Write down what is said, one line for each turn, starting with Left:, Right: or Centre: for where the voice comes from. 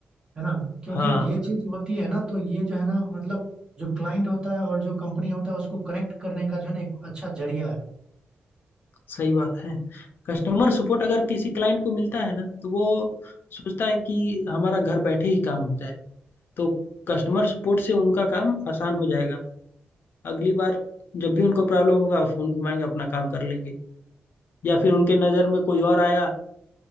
Right: है ना क्योंकि
Left: हाँ
Right: ये चीज होती है ना तो ये जो है ना मतलब जो क्लाइंट होता है और जो कंपनी होता है उसको कनेक्ट करने का जो है ना एक अच्छा जरिया है
Left: सही बात है कस्टमर सपोर्ट अगर किसी क्लाइंट को मिलता है ना तो वो सोचता है कि हमारा घर बैठे ही काम हो जाए तो कस्टमर सपोर्ट से उनका काम आसान हो जाएगा अगली बार जब भी उनको प्रॉब्लम होगा वो फोन घुमाएंगे अपना काम कर लेंगे या फिर उनके नज़र में कोई और आया